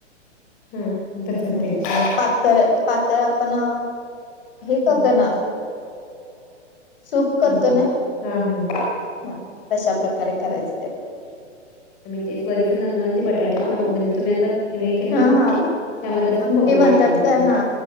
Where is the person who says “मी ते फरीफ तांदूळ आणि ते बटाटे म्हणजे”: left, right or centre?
Left